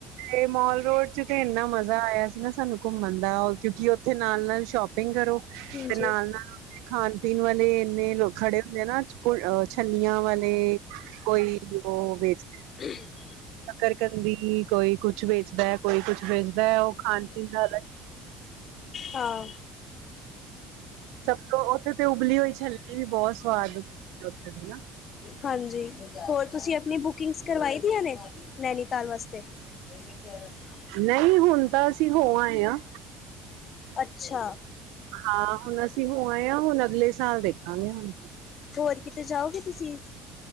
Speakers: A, on the right (about 85°); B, on the left (about 30°).
A: ਤੇ ਮਾਲ ਰੋਡ 'ਚ ਤੇ ਏਨਾ ਮਜ਼ਾ ਆਇਆ ਸੀ ਨਾ ਸਾਨੂੰ ਘੁੰਮਣ ਦਾ, ਕਿਉਂਕਿ ਓਥੇ ਨਾਲ ਨਾਲ ਸ਼ੋਪਿੰਗ ਕਰੋ।
B: ਹਾਂਜੀ,
A: ਤੇ ਨਾਲ ਨਾਲ ਓਥੇ ਖਾਣ ਪੀਣ ਵਲੇ ਏਨੇ ਲੋਕ ਖੜੇ ਹੁੰਦੇ ਨਾ ਛੱਲੀਆਂ ਵਲੇ, ਕੋਈ ਓ ਵੇਚ
B: ਹਮ
A: ਸ਼ਕਰ ਕੰਦੀ, ਕੋਈ ਕੁਛ ਵੇਚਦਾ ਐ, ਕੋਈ ਕੁਛ ਵੇਚਦਾ ਐ। ਓ ਖਾਣ ਪੀਣ ਦਾ
B: ਹਾਂ
A: ਸਭ ਤੋਂ ਓਥੇ ਤੇ ਉਬਲੀ ਹੋਈ ਛੱਲਣੀ ਵੀ ਬੋਤ ਸਵਾਦ ਹੁੰਦੀ ਓਥੇ ਦੀ ਨਾ।
B: ਹਾਂਜੀ ਹੋਰ ਤੁਸੀਂ ਆਪਣੀ ਬੁਕਿੰਗਸ ਕਰਵਾਈ ਦੀਆਂ ਨੇ ਨੈਨੀਤਾਲ ਵਸਤੇ। ਏ ਵੀ ਤੇਰਾ ਸੀ।
A: ਨਈ ਹੁਣ ਤਾਂ ਅਸੀਂ ਹੋ ਆਏ ਆਂ।
B: ਅੱਛਾ।
A: ਹਾਂ ਹੁਣ ਅਸੀਂ ਹੋ ਆਏ ਆਂ, ਹੁਣ ਅਗਲੇ ਸਾਲ ਦੇਖਾਂਗੇ ਹੁਣ।
B: ਹੋਰ ਕਿਤੇ ਜਾਓਗੇ ਤੁਸੀਂ।